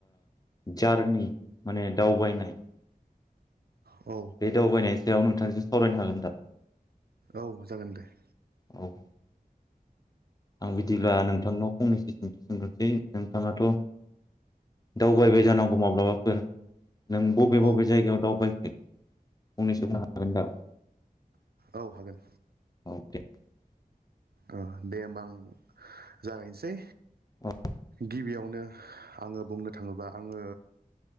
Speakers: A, on the left (about 25°); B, on the right (about 80°).
A: जारनि माने दावबायनाय ।
B: औ
A: बे दावबायनाय सायाव नोंथांजों सावरायनो हागोन दा
B: औ जागोन दे ।
A: औ आं बिदिब्ला नोंथांनाव फंनैसो सोंथि सोंग्रोसै नोंथाङाथ' दावबायबाय जानांगौ माब्लाबाफोर । नों बबे
B: औ
A: बबे जायगायाव दावबायखो फंनैसो बुंनो हागोन दा ।
B: औ हागोन
A: <inaudible>
B: ओ दे होमबा आं जागायनोसै
A: औ
B: गिबियावनो आङो बुंनो थाङोब्ला आङो